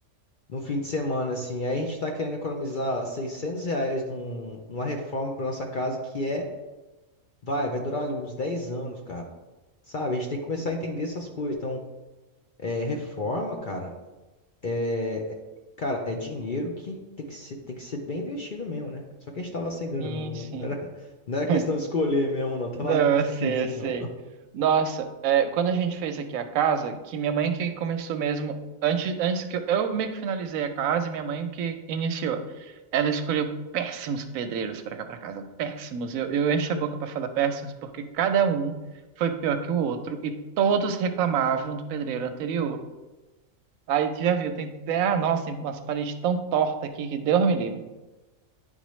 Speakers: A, on the left (about 55°); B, on the right (about 80°).
A: no fim de semana, assim. Aí a gente tá querendo economizar 600 reais num, numa reforma pra nossa casa que é, vai, vai durar ali uns 10 anos, cara. Sabe? A gente tem que começar a entender essas coisas. Então, é, reforma, cara, é, é- cara, é dinheiro que tem que ser, tem que ser bem investido mesmo, né? Só que a gente tava sem grana
B: Sim,
A: mesmo. Não,
B: sim.
A: não era, <laughs> não era
B: <laughs>
A: questão de escolher mesmo, não. Tava
B: Não,
A: difícil,
B: eu sei, eu sei.
A: mesmo.
B: Nossa, é, quando a gente fez aqui a casa, que minha mãe que começou mesmo, antes, antes que eu, eu meio que finalizei a casa e minha mãe que iniciou. Ela escolheu péssimos pedreiros para cá para casa, péssimos. Eu, eu encho a boca para falar péssimos porque cada um foi pior que o outro e todos reclamavam do pedreiro anterior. Aí tu já viu, tem até, ah, nossa, tem umas paredes tão tortas aqui que Deus me livre,